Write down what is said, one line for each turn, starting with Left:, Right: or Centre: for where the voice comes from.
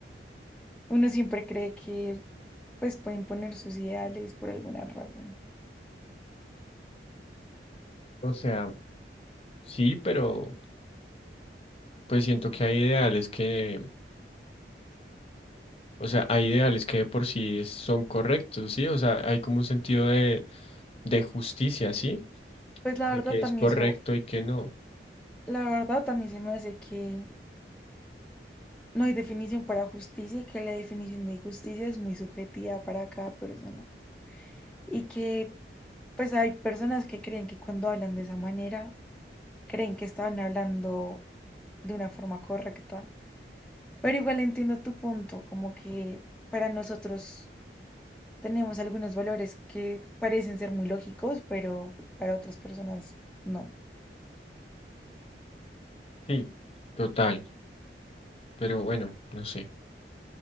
Centre: uno siempre cree que pues pueden poner sus ideales por alguna razón.
Left: O sea, sí, pero pues siento que hay ideales que, o sea, hay ideales que de por sí es- son correctos, ¿sí? O sea, hay como un sentido de, de justicia, ¿sí?
Centre: Pues la
Left: De
Centre: verdad
Left: que
Centre: también
Left: es correcto
Centre: eso,
Left: y que no.
Centre: la verdad también se me hace que No hay definición para justicia y que la definición de justicia es muy subjetiva para cada persona. Y que pues hay personas que creen que cuando hablan de esa manera, creen que estaban hablando de una forma correcta. Pero igual entiendo tu punto, como que para nosotros tenemos algunos valores que parecen ser muy lógicos, pero para otras personas no.
Left: Sí, total, pero bueno, no sé.